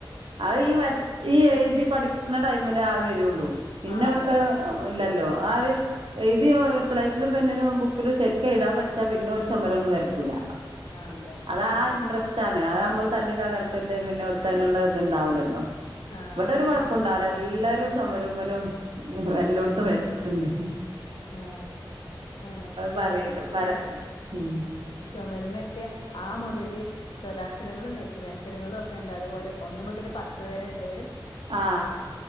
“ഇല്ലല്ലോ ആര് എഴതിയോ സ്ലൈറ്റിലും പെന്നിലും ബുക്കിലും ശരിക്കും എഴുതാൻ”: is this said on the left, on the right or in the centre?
Right